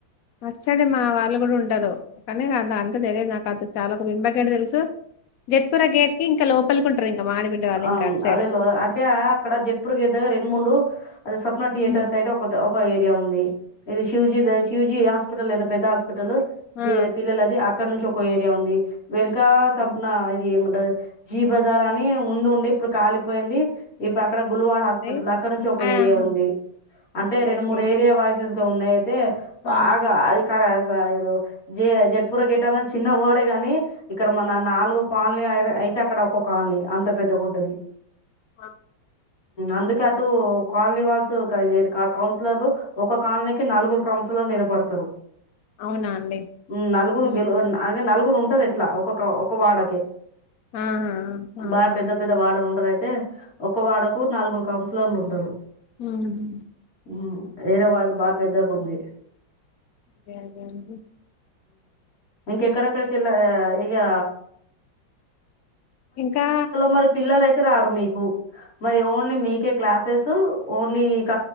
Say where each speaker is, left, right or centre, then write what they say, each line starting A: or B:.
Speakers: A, on the left; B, on the left.
A: అట్ సైడ్ మా వాళ్ళు కూడా ఉంటారు కానీ అది అంత తెలియదు నాకు అంత చాలా విమ్బ గేట్ తెలుసు జట్పుర గేట్ కి ఇంకా లోపలి ఉంటారు ఇంకా మా ఆడబిడ్డ వాళ్ళు
B: ఆ
A: ఇంకా అటు సైడ్
B: అదే లో అంటే అక్కడ జట్పూర్ గేట్ దగ్గర రెండు మూడు అది సప్న థియేటర్
A: ఉమ్
B: సైడ్ ఒక ఒక ఏరియా ఉంది ఇది శివ్జీ శివ్జీ హాస్పిటల్ లేద పెద్ద హాస్పి హాస్పిటల్లో
A: ఆ
B: పిల్లల అది అక్కడ నుంచి ఒక ఏరియా ఉంది వెనుక సప్న
A: ఆ
B: ఇది ఏమన్ ఇప్పుడు జీ బజార్ అని ముందు ఉండ ఇప్పుడు కాలిపోయింది ఇప్పుడు అక్కడ గుల్వాడ హాస్పిటల్
A: అయి
B: అక్కడ నుంచి ఒక
A: ఆహా
B: ఏరియా ఉంది అంటే
A: ఓకే
B: రెండు
A: ఓకే
B: మూడు ఏరియా వైసెస్ ముందైతె
A: ఆ
B: బాగా అదికార రోజ జడ్పూర గేట్ అ చిన్న కోడె గాని ఇక్కడ మన నాలుగు కాలనీ ఐద్ అయితే అక్కడ ఒక్క కాలనీ అంత పెద్దగుంటది
A: ఆ
B: అందుకే అటు కాలనీ వాసు కౌన్సిలర్ ఒక కాలనీకి నలుగురు కౌన్స్ నిలబడతరు
A: అవునా అండి
B: మ్మ్ నలుగురు
A: హుహు.
B: అ నలుగురు ఉంటరు ఎ అట్లా ఒకొక్క ఒక వాడకే
A: ఆ ఆహ
B: బాగా పెద్ద పెద్ద వాడలు ఉంటరు అయితే ఒక వాడకు నాలుగు కౌన్సిలర్లు ఉంటరు
A: మ్మ్ హ్మ్
B: మ్మ్ వీరవాజ బా పెద్దగా ఉంది
A: అదే అదే అండి <inaudible>
B: ఇంక ఎక్కడ ఎక్కడ కెళ్ల ఇగా
A: ఇంకా
B: మరి పిల్లలయితే రారు మీకు మరి ఓన్లీ మీకే క్లాసెస్ ఓన్లీ ఇక